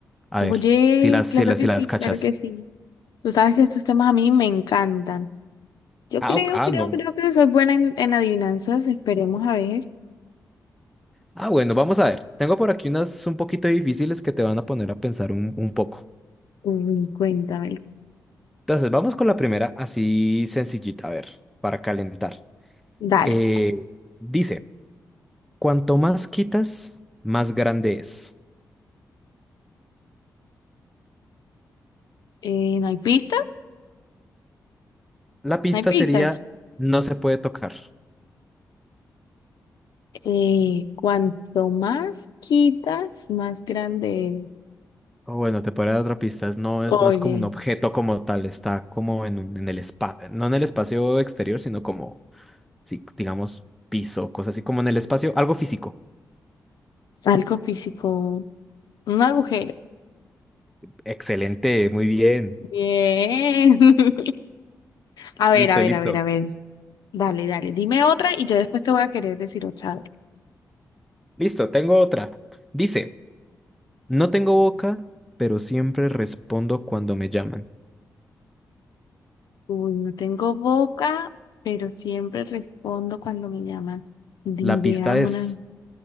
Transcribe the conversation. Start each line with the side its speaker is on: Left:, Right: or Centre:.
Centre: A
Left: Oye,
Centre: ver, si las,
Left: claro
Centre: si las,
Left: que
Centre: si las
Left: sí,
Centre: cachas.
Left: claro que sí. Tú sabes que estos temas a mí me encantan. Yo
Centre: Ah,
Left: creo,
Centre: ok, ah,
Left: creo,
Centre: no.
Left: creo que soy buena en, en adivinanzas. Esperemos a ver.
Centre: Ah, bueno, vamos a ver. Tengo por aquí unas un poquito difíciles que te van a poner a pensar un, un poco.
Left: Uy, cuéntamelo.
Centre: Entonces, vamos con la primera así sencillita, a ver, para calentar.
Left: Dale.
Centre: Eh, dice, cuanto más quitas, más grande es.
Left: Eh, ¿no hay pistas?
Centre: La pista
Left: No hay pistas.
Centre: sería, no se puede tocar.
Left: Eh, cuanto más quitas, más grande es.
Centre: O bueno, te podría dar otra pista. es No
Left: Oye,
Centre: es, no es como un objeto como tal, está como en, un- en el espacio, no en el espacio exterior, sino como, sí, digamos, piso, cosas así como en el espacio, algo físico.
Left: algo físico. Un agujero.
Centre: Excelente, muy bien.
Left: Bien. <laughs> A ver,
Centre: Listo,
Left: a ver,
Centre: listo.
Left: a ver, a ver. Dale, dale, dime otra y yo después te voy a querer decir otra.
Centre: Listo, tengo otra. Dice, no tengo boca, pero siempre respondo cuando me llaman.
Left: Uy, no tengo boca, pero siempre respondo cuando me llaman. Ni
Centre: La
Left: idea,
Centre: pista
Left: mona.
Centre: es...